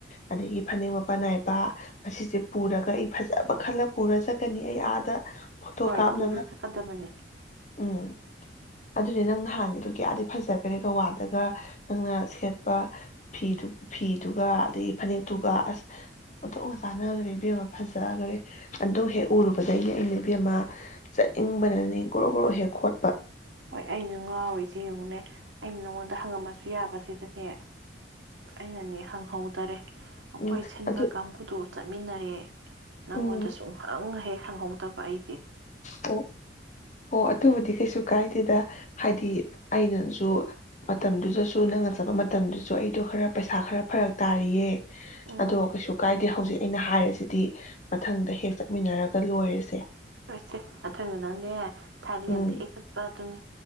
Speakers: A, on the left (about 40°); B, on the right (about 85°).
A: ꯑꯗꯒꯤ ꯐꯅꯦꯛ ꯃꯄꯥꯟ ꯅꯥꯏꯕ ꯑꯁꯤꯁꯦ ꯄꯨꯔꯒ ꯑꯩ ꯐꯖꯕ ꯈꯜꯂ ꯄꯨꯔ ꯆꯠꯀꯅꯤ ꯑꯩ ꯑꯥꯗ ꯐꯣꯇꯣ
B: ꯍꯣꯏ
A: ꯀꯥꯞꯅꯕ
B: ꯄꯨꯔꯥ ꯊ ꯇꯥ ꯃꯅꯤꯅꯦ
A: ꯎꯝ ꯑꯗꯨꯅꯦ ꯅꯪ ꯅꯍꯥꯟꯒꯤꯗꯨ ꯀꯌꯥꯗꯤ ꯐꯖꯈꯔꯦ ꯒꯋꯥꯗꯒ ꯅꯪꯅ ꯁꯦꯠꯄ ꯐꯤꯗꯨ ꯐꯤꯗꯨꯒ ꯑꯗꯒꯤ ꯐꯅꯦꯛꯇꯨꯒ ꯑꯁ ꯑꯣꯊꯣꯛꯅ ꯆꯥꯟꯅꯈ꯭ꯔꯦ ꯏꯕꯦꯝꯃ ꯐꯖꯈꯔꯦ ꯑꯗꯨꯗꯣ ꯍꯦꯛ ꯎꯔꯨꯕꯁꯦ ꯑꯩꯅꯦ ꯑꯃ ꯆꯠꯅꯤꯡꯕꯅꯅꯦ ꯒ꯭ꯔꯣ ꯒ꯭ꯔꯣ ꯍꯦꯛ ꯈꯣꯠꯄ
B: ꯍꯣꯏ ꯑꯁꯨ ꯉꯥꯎꯔꯤꯁꯤ ꯌꯦꯡꯉꯨꯅꯦ ꯑꯩꯅ ꯅꯉꯣꯟꯗ ꯍꯪꯉꯝꯃꯁꯨ ꯌꯥꯕꯁꯤꯗꯅꯦ ꯑꯩꯅꯅꯦ ꯍꯪꯍꯧꯗꯔꯦ ꯑꯩꯈꯣꯏ
A: ꯎꯝ
B: ꯁꯤꯟꯕ
A: ꯑꯗꯨ
B: ꯀꯥꯡꯕꯨꯗꯨ ꯆꯠꯃꯤꯟꯅꯔꯦ ꯅꯪꯉꯣꯟꯗ
A: ꯎꯝ
B: ꯁꯨꯡꯍꯪ ꯍꯦꯛ ꯈꯪꯍꯧꯗꯕ ꯑꯩ
A: ꯑꯣ ꯑꯣ ꯑꯗꯨꯕꯨꯗꯤ ꯀꯩꯁꯨ ꯀ ꯀꯥꯏꯗꯦꯗ ꯍꯥꯏꯗꯤ ꯑꯩꯅꯁꯨ ꯃꯇꯝꯗꯨꯗꯁꯨ ꯅꯪꯅ ꯆꯠꯄ ꯃꯇꯝꯗꯨꯁꯨ ꯑꯩꯗꯣ ꯈꯔ ꯄꯩꯁꯥ ꯈꯔ ꯐꯔꯛ ꯇꯥꯔꯤꯌꯦ
B: ꯎꯝ
A: ꯑꯗꯣ ꯀꯩꯁꯨ ꯀꯥꯏꯗꯦ ꯍꯧꯖꯤꯛ ꯑꯩꯅ ꯍꯥꯏꯔꯤꯁꯤꯗꯤ ꯃꯊꯪꯗ ꯍꯦꯛ ꯆꯠꯃꯤꯟꯅꯔꯒ ꯂꯣꯏꯔꯁꯦ
B: ꯍꯣꯏꯁꯦ ꯃꯊꯪꯗꯅꯪꯅꯦ ꯊꯥꯏꯂꯦꯟꯗ
A: ꯎꯝ
B: ꯍꯦꯛ ꯆꯠꯄ ꯑꯗꯨꯅꯤ